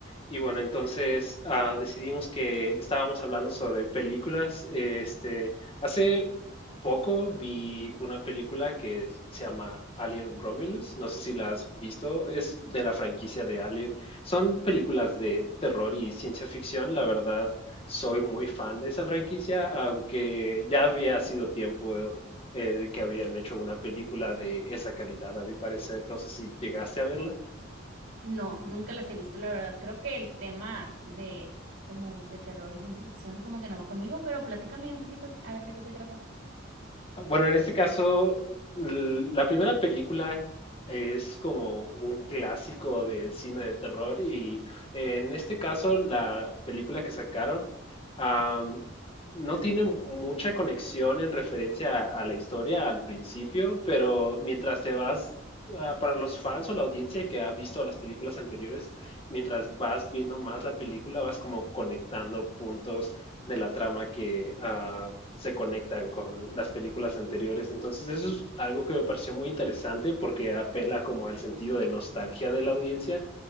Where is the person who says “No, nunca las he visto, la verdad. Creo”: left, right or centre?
Right